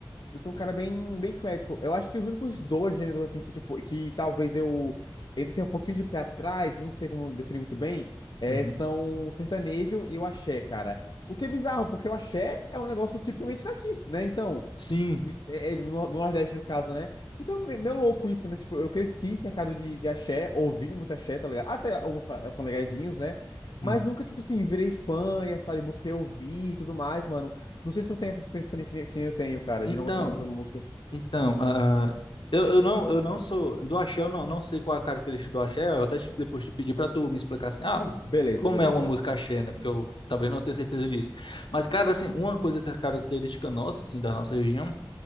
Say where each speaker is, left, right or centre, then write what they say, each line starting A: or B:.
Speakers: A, on the left; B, on the left.
A: Eu sou um cara bem, bem eclético. Eu acho que os únicos dois gêneros, assim, que, tipo, que talvez eu, eu tenha um pouquinho de pé atrás, não sei como definir muito bem, é,
B: Uhum.
A: são o sertanejo e o axé, cara. O que é bizarro, porque o axé é um negócio tipicamente daqui, né? Então,
B: Sim.
A: é, é do Nor- do Nordeste, no caso, né? Então, me- meio louco isso, né? Tipo, eu cresci cercado de, de axé, ouvindo muito axé, tá ligado? Até alguns sa- são legaizinhos, né? Mas
B: Uhum.
A: nunca, tipo assim, virei fã, e, sabe? Busquei ouvir e tudo mais, mano. Não sei se tu tem essa experiência também que, nem- que nem eu tenho, cara,
B: Então,
A: de não gostar dessas músicas.
B: então, ah, ah, eu, eu não, eu não sou do axé, eu não, não sei qual é a característica do axé. Eu até te- depois te pedi pra tu me explicar assim, ah,
A: Beleza,
B: como
A: beleza.
B: é uma música axé, né? Porque eu talvez não tenha certeza disso. Mas, cara, assim, uma coisa que é característica nossa, assim, da nossa região.